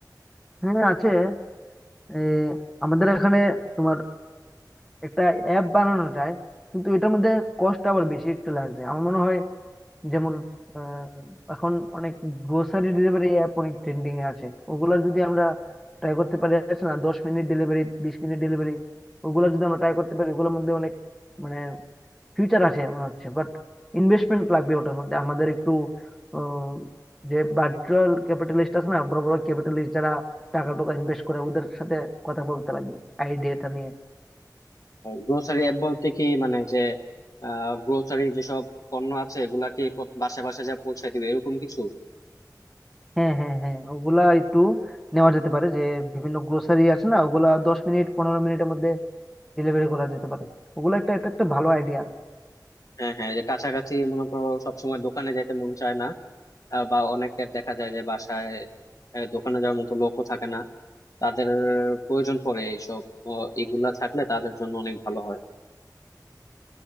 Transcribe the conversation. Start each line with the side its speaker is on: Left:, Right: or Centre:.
Centre: হ্যাঁ আছে এ, আমাদের এখানে তোমার একটা অ্যাপ বানানো যায় কিন্তু এটার মধ্যে কষ্ট আবার বেশি একটু লাগবে আমার মনে হয় যেমন আহ, এখন অনেক গ্রোসারি ডেলিভারি অ্যাপ অনেক ট্রেন্ডিং এ আছে ওগুলা যদি আমরা ট্রাই করতে পারি আছে না দশ মিনিট ডেলিভারি বিশ মিনিট ডেলিভারি ওগুলা যদি আমরা ট্রাই করতে পারি ওগুলোর মধ্যে অনেক মানে ফিউচার আছে মনে হচ্ছে বাট ইনভেস্টমেন্ট লাগবে ওটার মধ্যে আমাদের একটু আহ, যে ভার্চুয়াল ক্যাপিটালিস্ট আছে না বড় বড় ক্যাপিটালিস্ট যারা টাকা টাকা ইনভেস্ট করে ওদের সাথে কথা বলতে লাগবে আইডিয়াটা নিয়ে
Left: গ্রোসারি অ্যাপ বলতে কি মানে যে গ্রোসারি যেসব পণ্য আছে এগুলা কি প- বাসায় বাসায় যা পৌঁছায় দিবে এরকম কিছু
Centre: হ্যাঁ হ্যাঁ হ্যাঁ ওগুলা একটু নেওয়া যেতে পারে যে বিভিন্ন গ্রোসারি আছে না ওগুলা দশ মিনিট পনেরো মিনিটের মধ্যে ডেলিভারি করা যেতে পারে ওগুলো একটা এটা একটা ভালো আইডিয়া
Left: হ্যাঁ হ্যাঁ যে কাছাকাছি মনে করো সবসময় দোকানে যাইতে মন চায় না আহ, বা অনেকের দেখা যায় যে বাসায় আহ, দোকানে যাওয়ার মতো লোকও থাকে না তাদের প্রয়োজন পড়ে এইসব ও, এগুলা থাকলে তাদের জন্য অনেক ভালো হয়